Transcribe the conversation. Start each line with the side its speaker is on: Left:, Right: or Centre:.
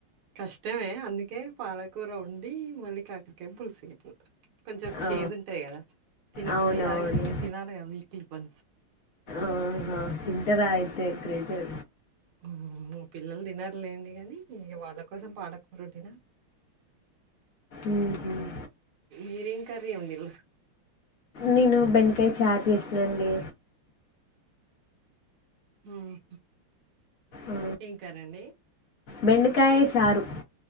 Right: కష్టమే అందుకే పాలకూర ఉండి మళ్ళీ కాకడికే పులుసు అయిపోతారు కొంచెం
Left: ఆ,
Right: చేదు ఉంటాయి కదా తినబుద్ధది
Left: అవునవును
Right: కాదు కానీ ఇంక తినాలిగా స్టీపన్స్
Left: ఆహా ఇంటర్ ఆ అయితే గ్రేట్ ఏ
Right: ఉహు పిల్లలు తినరూ లేండి కానీ ఇగ వాళ్ళ కోసం పాలకూర వండిన
Left: మ్మ్.
Right: మీరేం కర్రీ వండిన్రు
Left: నేను బెండకాయ చారు చేసానండీ
Right: ఉమ్
Left: ఆ,
Right: ఏం కర్రండి
Left: బెండకాయ చారు